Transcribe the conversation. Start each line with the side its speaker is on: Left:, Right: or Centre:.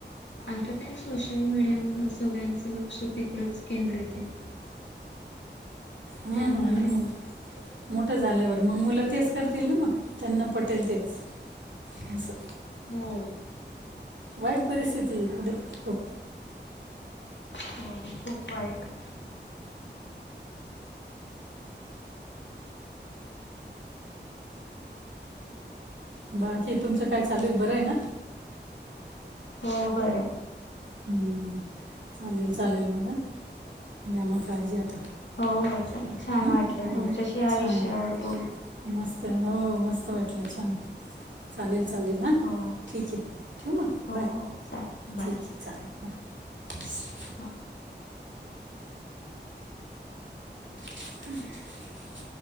Left: आता काय सोशल मीडियामुळ सगळ्यांचं लक्ष तिकडंच केंद्रित आहे <unintelligible>
Right: हा
Left: त्यामुळं
Right: आणि मग मोठं झाल्यावर मग मुलं तेच करतील ना मग त्यांना पटेल तेच असं.
Left: हो.
Right: वाईट परिस्थिती आहे पुुढे खूप.
Left: हो खूप वाईट.
Right: बाकी तुमचं काय चालू आहे बरं आहे ना?
Left: हो बरंय.
Right: हं चालेल चालेल मग घ्या काळजी आता.
Left: हो हो चालेल छान
Right: हं. ओके
Left: वाटलं तुमच्याशी या
Right: छान
Left: विषयावर बोलून.
Right: मस्त हो मस्त वाटलं छान चालेल चालेल ना.
Left: हो
Right: ठीक आहे ठेवु मग?
Left: हो हो चालेल. बाय
Right: ठीक आहे चालेल बाय.
Left: हां
Right: <inaudible>